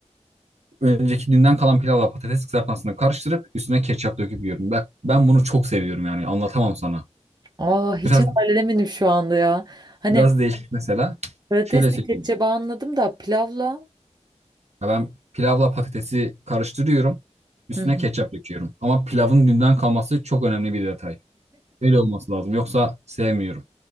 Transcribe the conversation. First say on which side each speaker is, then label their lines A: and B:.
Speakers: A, on the right (about 65°); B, on the right (about 35°).
A: Önceki günden kalan pilavla patates kızartmasını karıştırıp üstüne ketçap döküp yiyorum. Ben, ben bunu çok seviyorum yani anlatamam sana.
B: Aa hiç
A: Biraz
B: hayal edemedim şu anda ya. Hani
A: biraz değişik mesela.
B: patatesli
A: Şöyle söyleyeyim.
B: kepçe bağı anladım da pilavla.
A: Ya ben pilavla patatesi karıştırıyorum. Üstüne
B: Hı hı.
A: ketçap döküyorum. Ama pilavın dünden kalması çok önemli bir detay. Öyle olması lazım. Yoksa sevmiyorum.